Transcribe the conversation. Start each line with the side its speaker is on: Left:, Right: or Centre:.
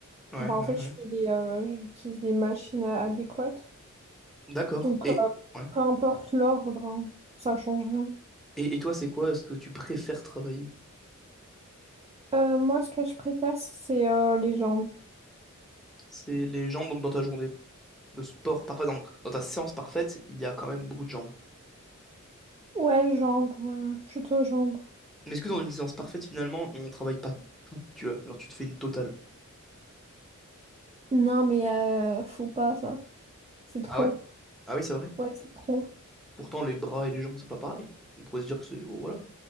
Centre: Ouais,
Right: Bah,
Centre: ouais,
Right: en fait,
Centre: ouais.
Right: je fais des, euh, j'utilise des machines euh, adéquates.
Centre: D'accord.
Right: Donc,
Centre: Et,
Right: euh,
Centre: ouais.
Right: peu importe l'ordre, hein, ça change rien.
Centre: Et, et toi, c'est quoi ce que tu préfères travailler?
Right: Euh, moi, ce que je préfère, c'est euh, les jambes.
Centre: C'est les jambes, donc, dans ta journée. de sport parfait, dans, dans ta séance parfaite, il y a quand même beaucoup de jambes.
Right: Ouais, jambes, ouais, ouais, plutôt jambes.
Centre: Mais est-ce que dans une séance parfaite, finalement, on travaille pas tout, tu vois? Genre, tu te fais une totale.
Right: Non, mais euh, faut pas ça. C'est trop.
Centre: Ah ouais? Ah oui, c'est vrai.
Right: Ouais, c'est trop.
Centre: Pourtant, les bras et les jambes, c'est pas pareil. On pourrait se dire que c'est. bon, voilà.